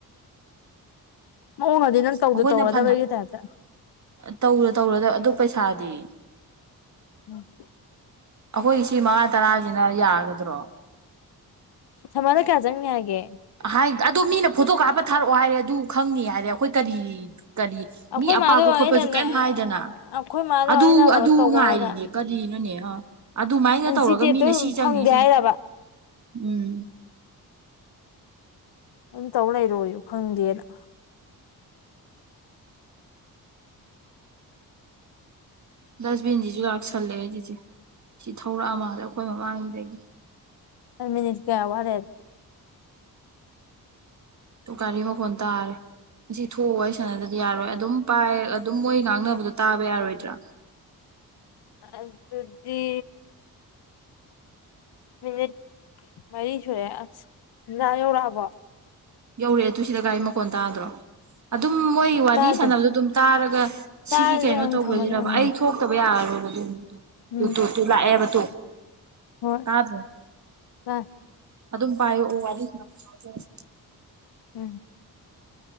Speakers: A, on the left; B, on the right.
A: ꯃꯑꯣꯡꯗꯗꯤ ꯅꯪ
B: ꯑꯩꯈꯣꯏꯅ
A: ꯇꯧꯗꯣ ꯇꯧꯔꯗꯕꯒꯤ
B: ꯐꯅ
A: ꯇꯥꯏꯞꯇ꯫
B: ꯇꯧꯔ ꯇꯧꯔꯗ ꯑꯗꯨ ꯄꯩꯁꯥꯗꯤ
A: ꯎꯝ
B: ꯑꯩꯈꯣꯏ ꯁꯤ ꯃꯉꯥ ꯇꯔꯥꯁꯤꯅ ꯌꯥꯒꯗ꯭ꯔꯣ
A: ꯊꯥꯃꯅ ꯀꯌꯥ ꯖꯪꯅꯤ ꯍꯥꯏꯒꯦ
B: ꯍꯥꯏ ꯑꯗꯨ ꯃꯤꯅ ꯐꯣꯇꯣ ꯀꯥꯞꯄ ꯊꯥꯔꯛꯑꯣ ꯍꯥꯏꯔꯦ ꯑꯗꯨ ꯈꯪꯅꯤ ꯍꯥꯏꯔꯦ ꯑꯩꯈꯣꯏ ꯀꯔꯤ ꯀꯔꯤ
A: ꯑꯩꯈꯣꯏ
B: ꯃꯤ ꯑꯄꯥꯛꯄ
A: ꯃꯥꯗꯣ
B: ꯈꯣꯠꯄꯁꯨ
A: ꯑꯩꯅꯅꯦ
B: ꯀꯩꯝ ꯍꯥꯏꯗꯅ
A: ꯑꯩꯈꯣꯏ ꯃꯥꯗꯣ
B: ꯑꯗꯨ
A: ꯑꯩꯅ ꯀꯩꯅꯣ
B: ꯑꯗꯨ
A: ꯇꯧꯕ
B: ꯉꯥꯏꯔꯤꯅꯦ
A: ꯍꯥꯏꯔꯒ
B: ꯀꯔꯤꯅꯣꯅꯦ ꯍꯥ ꯑꯗꯨꯃꯥꯏꯅ
A: ꯑꯦꯟ
B: ꯇꯧꯔꯒ
A: ꯖꯤ ꯇꯦꯞꯇꯣ
B: ꯃꯤꯅ ꯁꯤ ꯆꯪꯅꯤ
A: ꯐꯪꯗꯦ
B: ꯁꯤ
A: ꯍꯥꯏꯔꯕ
B: ꯎꯝ
A: ꯑꯗꯨꯝ ꯇꯧ ꯂꯩꯔꯣꯌꯣ ꯐꯪꯗꯦꯅ
B: ꯗꯁꯕꯤꯟꯖꯤꯖꯨ ꯂꯥꯛꯁꯜꯂꯛꯑꯦ ꯆꯤꯆꯦ ꯁꯤ ꯊꯧꯔꯛ ꯑ ꯃꯥꯜꯂꯦ ꯑꯩꯈꯣꯏ ꯃꯃꯥꯡꯗꯒꯤ
A: ꯍꯥꯏ ꯃꯤꯅꯤꯠ ꯀꯌꯥ ꯋꯥꯠꯂꯤ
B: ꯇꯨ ꯒꯔꯤ ꯃꯈꯣꯟ ꯇꯔꯦ ꯁꯤ ꯊꯣꯛ ꯑꯥ ꯋꯥꯔꯤ ꯁꯅꯗ꯭ꯔꯗꯤ ꯌꯥꯔꯣꯏ ꯑꯗꯨꯝ ꯄꯥꯏ ꯑꯗꯨꯝ ꯃꯣꯏ ꯉꯥꯡꯅꯕꯗꯣ ꯇꯥꯕ ꯌꯥꯔꯣꯏꯗ꯭ꯔꯥ
A: ꯑꯗꯨꯗꯤ ꯃꯤꯅꯤꯠ ꯃꯔꯤ ꯁꯨꯔꯦ ꯑꯁ ꯗꯥꯥ ꯌꯧꯔꯛ ꯑꯕꯣ
B: ꯌꯧꯔꯛꯑꯦ ꯇꯨ ꯁꯤꯗ ꯒꯥꯔꯤ ꯃꯈꯣꯟ ꯇꯥꯗ꯭ꯔꯣ ꯑꯗꯨꯝ ꯃꯣꯏ ꯋꯥꯔꯤ
A: ꯇꯥꯗꯦ
B: ꯁꯥꯟꯅꯕꯗꯨ ꯑꯗꯨꯝ ꯇꯥꯔꯒ ꯁꯤꯒꯤ
A: ꯇꯥꯔꯗꯤ
B: ꯀꯩꯅꯣ
A: ꯑꯗꯨꯝ
B: ꯇꯧꯕꯖꯤꯔꯕ
A: ꯊꯝꯃꯁꯦ ꯎꯝ
B: ꯑꯩ ꯊꯣꯛ ꯊꯣꯛꯇꯕ ꯌꯔꯔꯣꯏꯕꯇꯨ ꯇꯨ-ꯇꯨ-ꯇꯨ
A: ꯎꯝ
B: ꯂꯛꯑꯦꯕꯥ ꯇꯨ
A: ꯍꯣꯏ
B: ꯇꯥꯗ꯭ꯔꯣ
A: ꯇꯥꯏ
B: ꯑꯗꯨꯝ ꯄꯥꯏꯔꯛꯑꯣ ꯋꯥꯔꯤ ꯁꯥꯅꯕꯥ ꯁꯖꯦ
A: ꯎꯝ